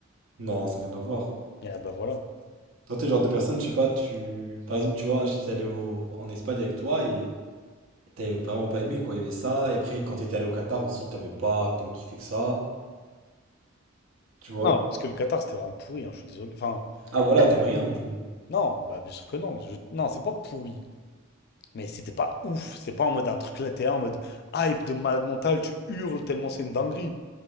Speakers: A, on the right; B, on the left.
A: Non, ça n'a rien à voir.
B: Et ah bah voilà.
A: Toi, t'es le genre de personne, je sais pas, tu. Par exemple, tu vois, j'étais allé au- en Espagne avec toi et T'avais vraiment pas aimé, quoi. Il y avait ça. Et après, quand t'étais allé au Qatar aussi, t'avais pas tant kiffé que ça. Tu vois?
B: Non, parce que le Qatar, c'était vraiment pourri, hein, je suis désolé. Enfin,
A: Ah voilà,
B: ah,
A: t'aimes rien, du coup.
B: non, bah bien sûr que non. Je- Non, c'est pas pourri. Mais c'était pas ouf. C'était pas en mode un truc là, t'es là en mode hype de malade mental, tu hurles tellement c'est une dinguerie.